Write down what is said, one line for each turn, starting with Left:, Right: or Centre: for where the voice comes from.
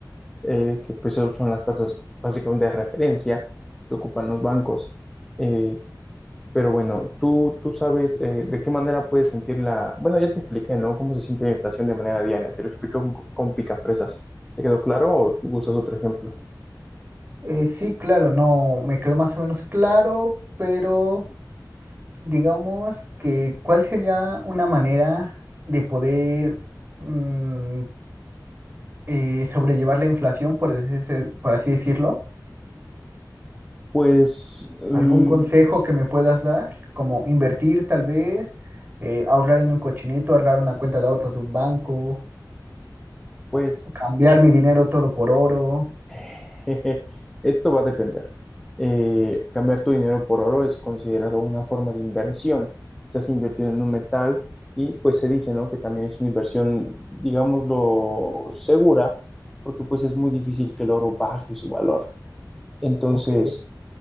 Centre: eh, que pues son las tasas básicamente de referencia que ocupan los bancos. Eh, Pero bueno, tú, tú sabes eh, de qué manera puedes sentir la... Bueno, ya te expliqué, ¿no? Cómo se siente la inflación de manera diaria. Te lo explico con, con picafresas. ¿Te quedó claro o tú usas otro ejemplo?
Right: Eh, sí, claro, no, me quedó más o menos claro, pero digamos que ¿cuál sería una manera de poder mm, eh, sobrellevar la inflación, por, ese- por así decirlo?
Centre: Pues, mm,
Right: ¿Algún Mm, consejo que me puedas dar? Como invertir tal vez, eh, ahorrar en un cochinito, ahorrar una cuenta de ahorros de un banco,
Centre: pues,
Right: cambiar mi dinero todo por oro,
Centre: <laughs> jeje, esto va a depender. Eh, cambiar tu dinero por oro es considerado una forma de inversión. Estás invirtiendo en un metal y pues se dice, ¿no? Que también es una inversión, digámoslo, segura, porque pues es muy difícil que el oro baje su valor. Entonces...
Right: ok,